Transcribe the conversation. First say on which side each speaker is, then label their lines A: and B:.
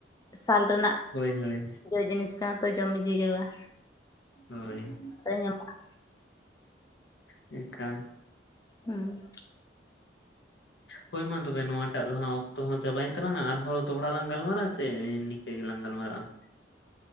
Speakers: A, on the left; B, on the left.
A: ᱥᱟᱞ ᱨᱮᱱᱟᱜ
B: ᱦᱳᱭ ᱦᱳᱭ
A: ᱡᱚ ᱡᱤᱱᱤᱥ ᱠᱟᱱᱟ ᱛᱚ ᱡᱚᱢ ᱜᱮ ᱡᱟᱹᱨᱩᱲᱟ᱾
B: ᱦᱳᱭ᱾
A: ᱧᱟᱢᱟᱜ-ᱟ
B: ᱮ ᱠᱷᱟᱱ
A: ᱦᱩᱸ
B: ᱦᱳᱭ ᱢᱟ ᱛᱚᱵᱮ ᱱᱚᱣᱟᱴᱟᱜ ᱫᱚ ᱦᱟᱸᱜ ᱚᱠᱛᱚ ᱦᱚᱸ ᱪᱟᱵᱟᱭᱮᱱ ᱛᱟᱞᱟᱝᱟ ᱟᱨᱦᱚᱸ ᱫᱚᱦᱲᱟ ᱞᱟᱝ ᱜᱟᱞᱢᱟᱨᱟᱜ-ᱟ ᱪᱮᱫ ᱥᱮᱼᱼ ᱤᱱᱠᱟᱹ ᱜᱮᱞᱟᱝ ᱜᱟᱞᱢᱟᱨᱟᱜᱼᱟ ᱾